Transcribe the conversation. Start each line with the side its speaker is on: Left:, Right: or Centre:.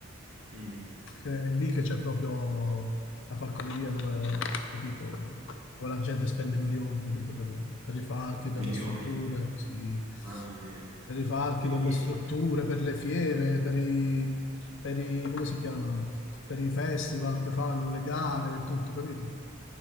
Right: Mm,
Left: che è lì che c'è proprio la falconeria dove, capito, dove la gente spende milioni, capito, per, per i falchi, per
Right: milioni,
Left: le strutture, sì,
Right: mamma mia.
Left: per i falchi,
Right: Quindi
Left: per le strutture, per le fiere, per i, per i, come si chiamano? Per i festival che fanno, le gare, tutto, capito?